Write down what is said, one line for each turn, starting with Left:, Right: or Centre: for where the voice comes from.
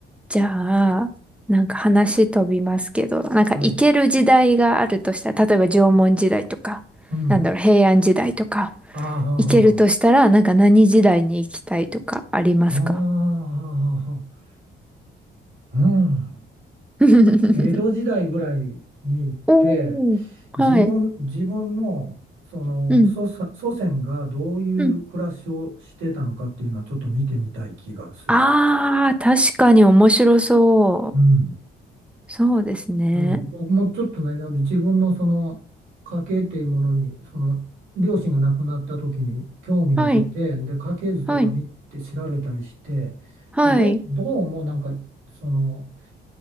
Centre: じゃあ、なんか話飛びますけど、なんか行ける時代があるとしたら、
Right: はい。
Centre: 例えば縄文時代とか、
Right: うん。
Centre: なんだろう、平安時代とか、
Right: ああはあはあは
Centre: 行けるとしたら、なんか何時代に行きたいとかありますか
Right: あ。ああはあはあはうん。
Centre: <laughs>
Right: 江戸時代ぐらいに行って
Centre: おー、
Right: 自分、
Centre: はい。
Right: 自分の、その祖先、
Centre: うん、
Right: 祖先がどういう暮らしをしてたのかっていうのはちょっと見てみたい気がする。
Centre: うん。あー、確かに面白そう。
Right: うん。
Centre: そうですね。
Right: うん、僕もちょっとね、なんで自分のその家系っていうものにその両親が亡くなった時に興味が出てで家系図とか見て調べたりしてでど、
Centre: はい、はい、はい。
Right: どうもなんかその